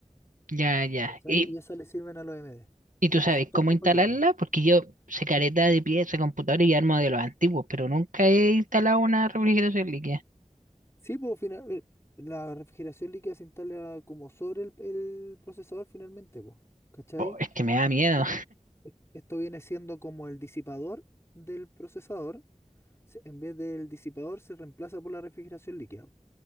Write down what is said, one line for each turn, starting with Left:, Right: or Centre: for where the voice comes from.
Right: ya, ya.
Left: ¿Cachai?
Right: Y
Left: Y esas le sirven a los MD.
Right: Y tú sabes
Left: Son todas
Right: cómo
Left: compatibles.
Right: instalarla, porque yo sé careta de pieza, computador y armo de los antiguos, pero nunca he instalado una refrigeración líquida.
Left: Sí, pues final, eh, la refrigeración líquida se instala como sobre el, el procesador finalmente, pues. ¿Cachai?
Right: Po, es que me da miedo.
Left: E- e- Esto viene siendo como el disipador del procesador. Se- En vez del disipador se reemplaza por la refrigeración líquida.